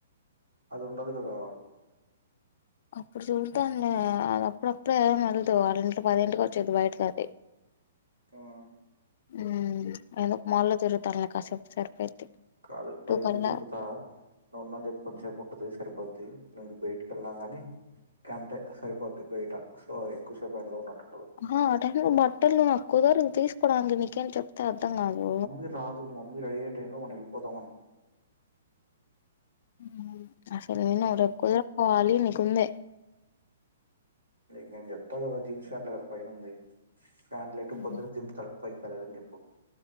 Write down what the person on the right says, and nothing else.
అది ఉండదు కదా
హ్మ్
కాదు పది
ఇంటి
దింపుతా నువ్వు ఉన్నాని చెప్పు కొని సేపు ఉంటుది సరిపోతు ది ను బయటికి వెళ్ళ గా కంటే సరిపోద్ది బయట సో ఎక్కువసేపు అలో ఉన్నట్
మమ్మీ రాదు మమ్మీ రెడీ అయ్యే టైమ్ లో మనం వెళ్ళిపోదామంటూన్
నీకు నేను చెప్తా కదా జీన్స్ ఫంట్లే కదా పైన ఉంది ఫ్యాంట్లు ఎటు
పొద్దున దింపుతార్ అని పైక్ తలదని చెప్పు